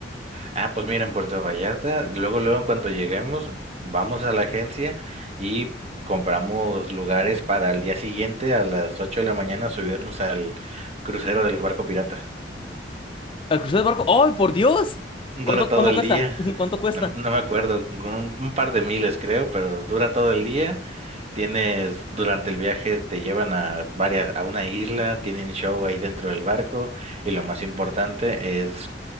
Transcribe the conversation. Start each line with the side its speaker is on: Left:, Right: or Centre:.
Right: Ah, pues mira, en Puerto Vallarta, luego, luego, en cuanto lleguemos, vamos a la agencia y compramos lugares para el día siguiente a las 8 de la mañana subirnos al crucero del barco pirata.
Left: Al crucero de barco. ¡Ay, por Dios!
Right: Dura
Left: ¿Cuánto,
Right: todo
Left: cuánto
Right: el
Left: cuesta?
Right: día.
Left: <laughs> ¿Cuánto cuesta?
Right: No, me no me acuerdo, con un, un par de miles creo, pero dura todo el día. Tienes, durante el viaje te llevan a varias, a una isla, tienen show ahí dentro del barco y lo más importante es